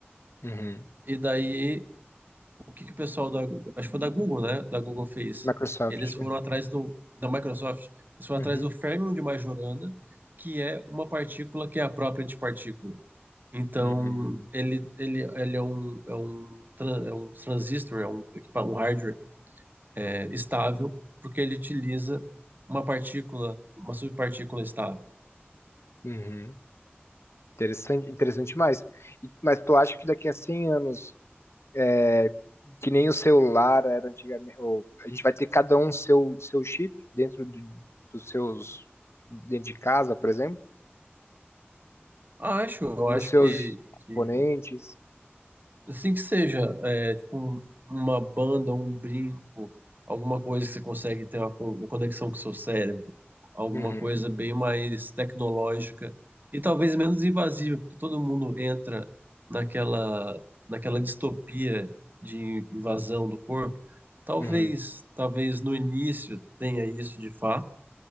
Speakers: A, on the left (about 80°); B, on the right (about 45°).
A: Uhum.
B: E daí, o que que o pessoal da, acho que foi da Google, né? Da Google fez.
A: Microsoft.
B: Eles foram atrás do, da Microsoft, eles foram
A: Uhum.
B: atrás do férmion de Majorana, que é uma partícula que é a própria antipartícula. Então,
A: Uhum.
B: ele, ele, ele é um, é um, tran- é um transistor, é um, equipa- um hardware é, estável, porque ele utiliza uma partícula, uma subpartícula estável.
A: Uhum. Interessante, interessante mais. E- Mas tu acha que daqui a 100 anos, é, que nem o celular era antigamente, ou a gente vai ter cada um seu, seu chip dentro de- dos seus, dentro de casa, por exemplo,
B: Ah, acho, eu
A: nos
B: acho
A: seus
B: que,
A: componentes,
B: que Assim que seja, é, tipo, uma banda, um brinco, alguma coisa que você consegue ter uma, co- uma conexão com o seu cérebro, alguma
A: Uhum.
B: coisa bem mais tecnológica e talvez menos invasiva, porque todo mundo entra naquela, naquela distopia de invasão do corpo. Talvez,
A: Uhum.
B: talvez no início tenha isso de fato,